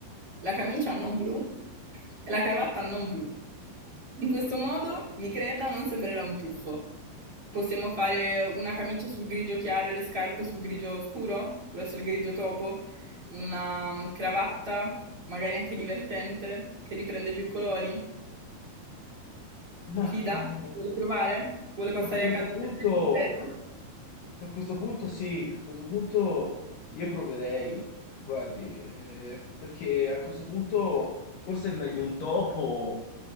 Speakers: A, on the right; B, on the left.
A: la camicia non blu e la cravatta non blu. In questo modo, mi creda, non sembrerà un puffo. Possiamo fare una camicia sul grigio chiaro e le scarpe sul grigio scuro, verso il grigio topo, una cravatta, magari anche divertente, che riprende più colori, si
B: Ma
A: fida?
B: eh,
A: Vuole provare? Vuole passare
B: a questo
A: a casa
B: punto.
A: a prendere il completo?
B: A questo punto sì, a questo punto io proverei, guardi, eh, perché a questo punto forse è meglio un topo